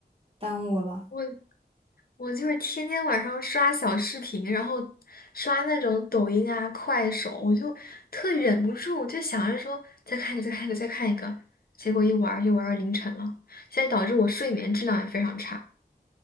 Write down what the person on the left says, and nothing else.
我我就是天天晚上刷小视频，然后刷那种抖音啊、快手，我就特忍不住，我就想着说再看一个、再看一个、再看一个，结果一玩儿就玩儿到凌晨了。现在导致我睡眠质量也非常差。